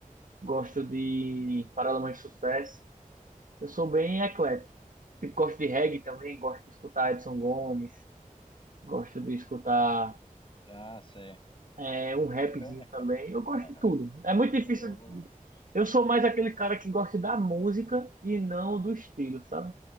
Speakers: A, on the right (about 70°); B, on the left (about 35°).
A: gosto de Paralamas de Sucesso. Eu sou bem eclético. Tipo, Gosto de reggae também, gosto de escutar Edson Gomes, gosto de escutar
B: Ah, sei.
A: é, um rapzinho
B: Bacana,
A: também. Eu gosto
B: cara.
A: de tudo. É muito
B: Eu...
A: difícil.
B: eu-
A: Eu sou mais aquele cara que gosta da música e não do estilo, sabe?